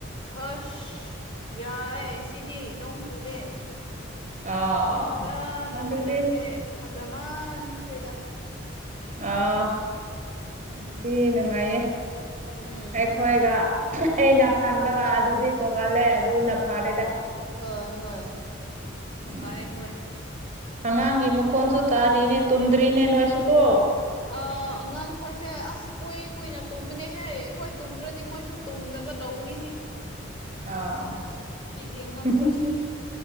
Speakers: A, on the left (about 25°); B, on the right (about 35°).
A: ꯑꯁ ꯌꯥꯏꯌꯦ ꯁꯤꯗꯤ ꯅꯣꯡ ꯆꯨꯗꯦ
B: ꯑꯥ ꯑꯥ
A: ꯐꯖꯅ
B: ꯑꯥ ꯑꯗꯨꯗꯤ
A: ꯋꯦꯗꯔꯁꯦ ꯐꯖꯃꯥꯟꯈ꯭ꯔꯦꯗ
B: ꯑꯥ ꯑꯗꯨꯗꯤ ꯅꯨꯡꯉꯥꯏꯌꯦ
A: ꯎꯝ
B: ꯑꯩꯈꯣꯏꯒ ꯑꯩꯅ ꯈꯟꯕꯒ ꯑꯗꯨꯗꯤ ꯇꯣꯡꯉꯜꯂꯦ ꯑꯗꯨꯅ ꯐꯔꯦꯗ
A: ꯍꯣꯏ ꯍꯣꯏ
B: ꯎꯝ
A: ꯍꯣꯏ ꯍꯣꯏ
B: ꯑꯉꯥꯡꯒꯤ ꯃꯈꯣꯟꯁꯨ ꯇꯥꯔꯤꯅꯦ ꯇꯨꯝꯗ꯭ꯔꯤꯅꯦ ꯅꯣꯏꯁꯨꯀꯣ
A: ꯑ ꯑꯉꯥꯡꯈꯣꯏꯁꯦ ꯑꯁ ꯀꯨꯏ ꯀꯨꯏꯅ ꯇꯨꯝꯃꯤꯅꯦꯍꯦ ꯑꯩꯈꯣꯏ ꯇꯨꯝꯗ꯭ꯔꯗꯤ ꯃꯣꯏꯁꯨ ꯇꯨꯝꯗꯕ ꯇꯧꯕꯅꯤꯍꯦ
B: ꯑ ꯍꯍ
A: ꯁꯤꯒꯤ ꯑꯉꯥꯡꯈꯣꯏꯁꯦ